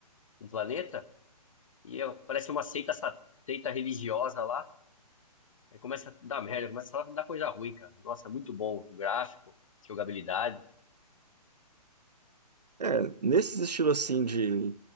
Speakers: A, on the left; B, on the right.
A: um planeta, e é- parece uma seita, sa- seita religiosa lá. Aí começa a dar merda, começa a dar coisa ruim, cara. Nossa, é muito bom o gráfico, jogabilidade.
B: É, nesses estilos assim de,